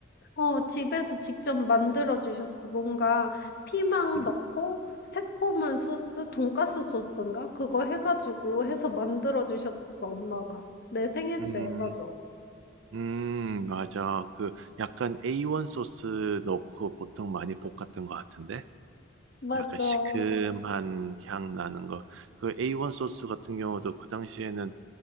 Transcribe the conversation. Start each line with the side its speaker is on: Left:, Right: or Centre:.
Left: 어, 집에서 직접 만들어 주셨어. 뭔가 피망
Right: 음,
Left: 넣고 새콤한 소스, 돈가스 소스인가? 그거 해가지고 해서 만들어 주셨어, 엄마가. 내 생일
Right: 음,
Left: 때, 맞아.
Right: 음, 맞아. 그 약간 A1 소스 넣고 보통 많이 볶았던 것 같은데?
Left: 맞아.
Right: 약간 시큼한 향 나는 거. 그 A1 소스 같은 경우도 그 당시에는